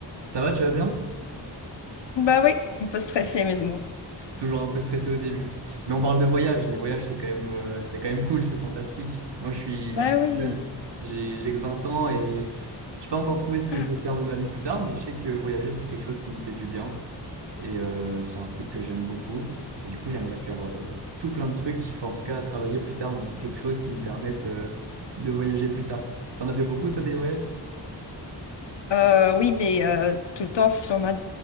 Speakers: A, on the right (about 75°); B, on the left (about 80°).
A: Ça va, tu vas bien?
B: Bah oui, on peut stresser, mais bon.
A: Toujours un peu stressé au début. Mais on parle de voyage. Les voyages, c'est quand même, euh, c'est quand même cool, c'est fantastique. Moi, je suis,
B: Bah
A: je suis
B: oui.
A: jeune. J'ai, j'ai que 20 ans et j'ai pas encore trouvé ce que
B: Ah,
A: je veux faire de ma vie plus tard, mais je sais que voyager, c'est quelque chose qui me fait du bien. Et euh, c'est un truc que j'aime beaucoup. Et du coup, j'aimerais faire euh, tout plein de trucs. Enfin, en tout cas, travailler plus tard dans quelque chose qui me permette euh, de voyager plus tard. T'en as fait beaucoup, toi, des voyages?
B: euh, oui, mais euh, tout le temps sur on